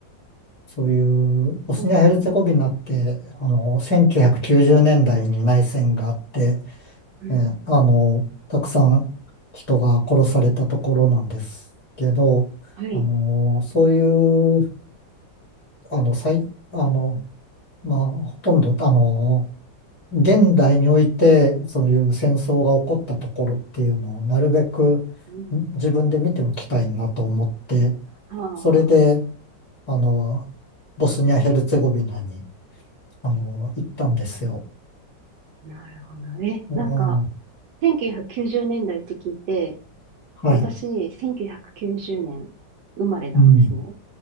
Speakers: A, on the left; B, on the right.
A: そういう、ボスニア・
B: ああ
A: ヘルツェゴビナって、あのー1990年代に内戦があって、
B: うん。
A: えーあのーたくさん人が殺されたところなんですけど、
B: はい。
A: あのーそういうあの、最、あの、まあ、ほとんど、あの、現代において、そういう戦争が起こったところっていうのを、なるべくん自分で見ておきたいなと思って、
B: うん。はあ、
A: それで、あの、ボスニア・ヘルツェゴビナに、あの、行ったんですよ。
B: なるほど。ねなんか、
A: ええ
B: 1990年代って聞いて、
A: はい。
B: 私、1990年生まれなんですね。
A: うん。